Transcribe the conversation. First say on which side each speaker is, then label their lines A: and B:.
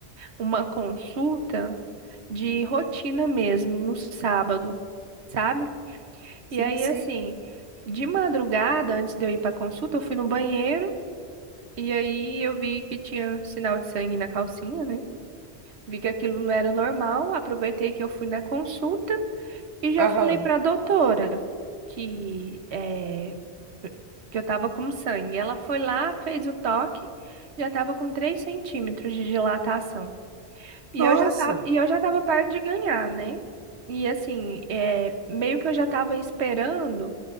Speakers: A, on the right (about 75°); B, on the right (about 30°).
A: uma consulta de rotina mesmo, no sábado, sabe?
B: Sim,
A: E aí
B: sim.
A: assim, de madrugada, antes de eu ir para consulta, eu fui no banheiro e aí eu vi que tinha sinal de sangue na calcinha, né? Vi que aquilo não era normal, aproveitei que eu fui na consulta e já
B: Aham.
A: falei para a doutora que, eh, que eu estava com sangue. Ela foi lá, fez o toque, já estava com 3 centímetros de dilatação. E
B: Nossa,
A: eu já tá, e eu já estava perto de ganhar, né? E assim, é meio que eu já estava esperando